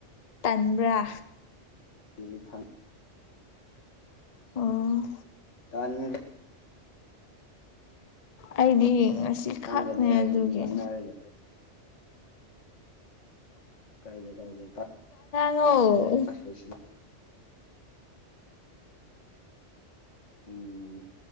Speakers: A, on the left; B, on the left.
A: ꯇꯟꯕ꯭ꯔꯥ
B: <unintelligible>
A: ꯑꯣ
B: ꯑꯗꯨꯔ
A: ꯑꯩꯗꯤ ꯉꯁꯤ
B: ꯉꯥꯡꯒꯅꯤ
A: ꯈꯛꯅꯦ
B: ꯍꯥꯏꯔꯗꯤ
A: ꯑꯗꯨꯒꯤ
B: ꯉꯥꯡꯅꯔ ꯂꯩ ꯀꯥꯏꯗꯦ ꯀꯥꯏꯗꯦ
A: ꯍ
B: ꯂꯣꯏꯁꯤꯜ ꯎꯝ